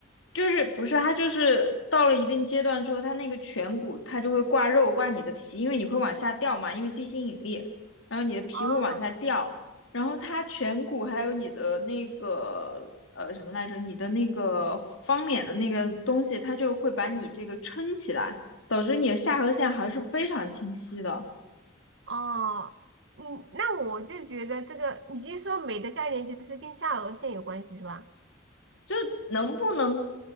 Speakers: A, on the left; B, on the right.
A: 就是不是它就是到了一定阶段之后，它那个颧骨它就会挂肉挂你的皮，因为你会往下掉嘛，因为地心引力，然后你的皮会往下掉，
B: 哦，
A: 然后它颧骨还有你的那个呃什么来着，你的那个方脸的那个东西，它就会把你这个撑起来，导致你的下颌线还是非常清晰的。
B: 哦，嗯，那我就觉得这个，你就说美的概念就是跟下颚线有关系是吧？
A: 就能不能